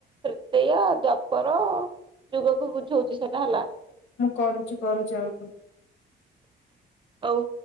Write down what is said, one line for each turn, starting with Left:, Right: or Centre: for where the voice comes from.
Right: ତ୍ରେତୟା, ଦ୍ୱାପର ଯୁଗକୁ ବୁଝଉଛି ସେଟା ହେଲା
Left: କରୁଛି କରୁଛି ଆଉଥରେ।
Right: ହଉ।